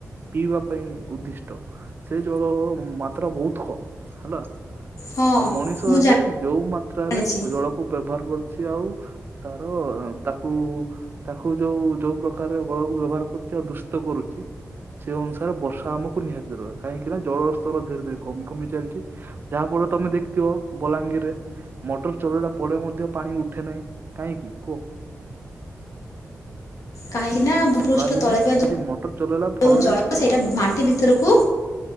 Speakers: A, on the right (about 40°); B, on the left (about 75°).
A: ପିଇବା ପାଇଁ ଉଦ୍ଦିଷ୍ଟ ସେ ଜଳ ମାତ୍ରା ବହୁତ କମ୍ ହେଲା।
B: ହଁ
A: ଆଉ ମଣିଷ
B: ମୁଁ
A: ଏବେ ଯୋଉ ମାତ୍ରାରେ
B: ଜାଣିଛି
A: ଜଳକୁ ବ୍ୟବହାର କରୁ ସିଏ ଆଉ ତାର ତାକୁ ତାକୁ ଯୋଉ ଯୋଉ ପ୍ରକାର ଜଳକୁ ବ୍ୟବହାର କରୁଛି ଆଉ ଦୂଷିତ କରୁଛି। ସେ ଅନୁସାରେ ବର୍ଷା ଆମକୁ ନିହାତି ଦରକାର କାହିଁକିନା ଜଳର ସ୍ତର ଧୀରେ ଧୀରେ କମି କମି ଚାଲିଛି ଯାହାଫଳ ପୁଅ ତମେ ଦେଖିଥିବ ବଲାଙ୍ଗୀରରେ ମଟର ଚଲେଇଲା ପରେ ମଧ୍ୟ ପାଣି ଉଠେ ନାହିଁ କାହିଁକି କୁହ? <inaudible>
B: କାହିଁକିନା ଭୂପୃଷ୍ଠ
A: ଖରା ଦିନେ
B: ତଳେ ଥିବା
A: ସେଠି
B: ଜ
A: ମଟର ଚଲେଇଲା ଫଳରେ
B: ଯୋଉ ଜଳ
A: ପାଣି
B: ସେଇଟା
A: ଉଠେ
B: ମାଟି ଭିତରକୁ